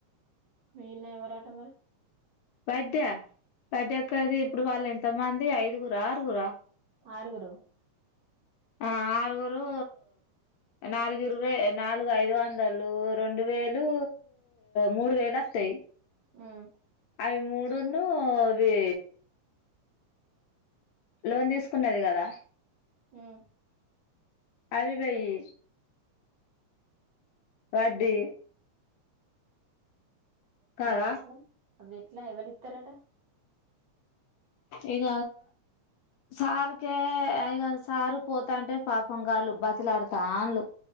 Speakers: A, on the right (about 50°); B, on the left (about 75°).
A: మెయిన్న ఎవరాటా మరి
B: పడ్డ పది ఎక్కడిది ఇప్పుడు వాళ్ళు ఎంత మంది ఐదుగుర ఆరుగుర
A: ఆరుగురు
B: ఆ ఆరుగురు నాలుగు ఇరవై నాలుగు ఐదు వందలు రెండు వేలు మూడు వేలు వస్తాయి
A: ఉమ్
B: అవి మూడును అవి లోన్ తీసుకున్నది కదా
A: ఉం
B: ఆవి వేయి వడ్డీ కదా
A: మరిఅవి ఎట్ల అవి ఎట్లా ఎవళ ఇతారట
B: ఇక సార్కే అ ఈగ సారు పోతాంటే పాపం గాళ్ళు బతిలాడుతాంలు